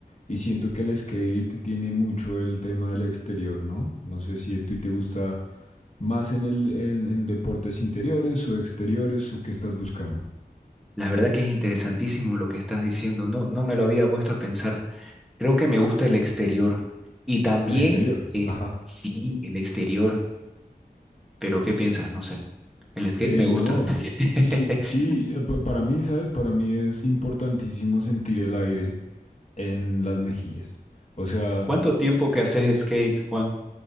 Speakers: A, on the left; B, in the centre.
A: Y siento que el skate tiene mucho el tema del exterior, ¿no? No sé si a ti te gusta más en el, en, en deportes interiores o exteriores o qué estás buscando.
B: La verdad que es interesantísimo lo que estás diciendo. No, no me lo había puesto a pensar. Creo que me gusta el exterior. Y también,
A: El exterior, <laughs>
B: eh,
A: ajá.
B: sí, el exterior. Pero ¿qué piensas? No sé. El skate
A: Eh,
B: me gusta.
A: no,
B: <laughs>
A: sí, sí, eh, pa- para mí, ¿sabes? Para mí es importantísimo sentir el aire en las mejillas. O sea...
B: ¿Cuánto tiempo que haces skate, Juan?